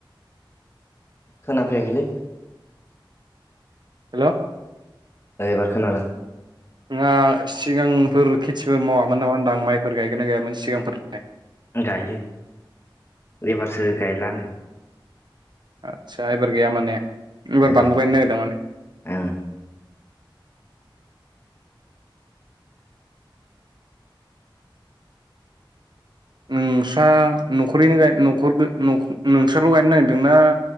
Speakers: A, on the left; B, on the right.
A: खोनाफैयाखैलै
B: हेल'।
A: एबार खोनादों
B: ना सिगांफोर खेथिफोर मावामोन नामा होनदों माइफोर गायगो ना गायामोन सिगांफोर
A: गायो एबारसो गायलानो
B: आतसा एबार गाया माने एबार
A: ओहो
B: बानलु गायनो नागिरदों माने?
A: ओं
B: नोंसा न'खरैनो गायनो न'खरदो न' नोंसानाव' गायनो नागिरदोंना